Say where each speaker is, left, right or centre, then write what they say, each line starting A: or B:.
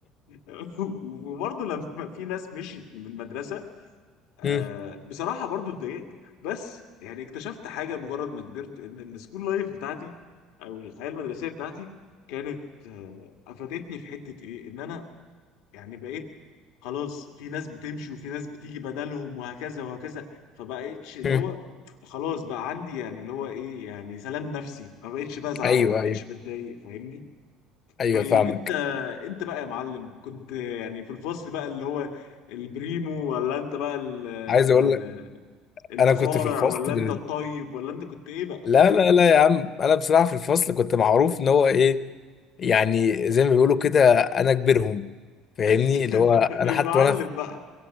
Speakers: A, on the left; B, on the left.
A: <laughs> وبرضه لما في ناس مشيت من المدرسه آه
B: مم.
A: بصراحه برضه اتضايقت بس يعني اكتشفت حاجه مجرد ما كبرت ان السكول لايف بتاعتي او الحياه المدرسيه بتاعتي كانت آه، افادتني في حته ايه ان انا يعني بقيت خلاص في ناس بتمشي وفي ناس بتيجي بدلهم وهكذا وهكذا فبقيتش اللي
B: مم.
A: هو خلاص بقى عندي يعني اللي هو ايه يعني سلام نفسي ما بقيتش بزعل
B: ايوه
A: ما بقيتش
B: ايوه
A: بتضايق فاهمني
B: ايوه
A: طيب
B: فاهمك
A: انت انت بقى يا معلم كنت يعني في الفصل بقى اللي هو البريمو ولا انت بقى ال- ال-
B: عايز اقول لك
A: المصارع
B: انا كنت في الفصل
A: ولا
B: بال...
A: انت الطيب ولا انت كنت ايه بقى
B: لا لا لا يا عم انا بصراحه في الفصل كنت معروف ان هو ايه يعني زي ما بيقولوا كده انا كبيرهم فاهمني
A: <laughs>
B: اللي هو انا
A: المعلم
B: حتى وانا
A: بقى